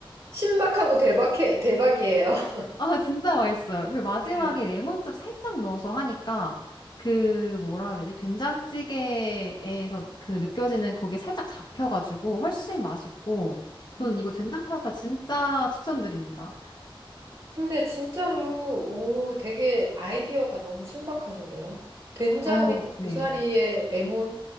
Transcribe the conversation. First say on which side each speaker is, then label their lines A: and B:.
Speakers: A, on the right; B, on the left.
A: 신박하고 대박해, 대박이에요. <laughs>
B: 아, 진짜 맛있어요. 그리고 마지막에
A: 네.
B: 레몬즙 살짝 넣어서 하니까 그 뭐라 해야 되지? 된장찌개에서 그 느껴지는 그게 살짝 잡혀가지고 훨씬 맛있고,
A: 음.
B: 저는 이거 된장 파스타 진짜 추천드립니다.
A: 근데 진짜로, 오, 되게 아이디어가 너무 신박하신데요? 된장에
B: 어, 네.
A: 고사리에 레몬,